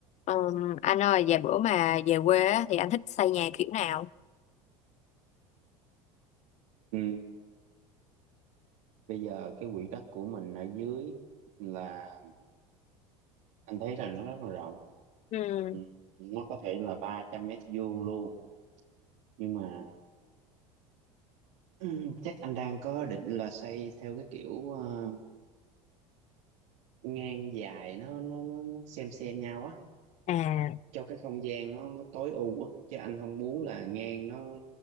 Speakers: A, on the left (about 45°); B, on the right (about 70°).
A: Ừm, anh ơi, vài bữa mà về quê á, thì anh thích xây nhà kiểu nào?
B: Ừ, bây giờ cái quỹ đất của mình ở dưới là anh thấy là nó rất là rộng
A: Ừ.
B: ừ, nó có thể là 300 mét vuông luôn nhưng mà ừ, chắc anh đang có định là xây theo cái kiểu ờ, ngang dài nó nó nó, nó xem xem nhau á
A: À,
B: cho cái không gian nó nó tối ưu á chứ anh không muốn là ngang nó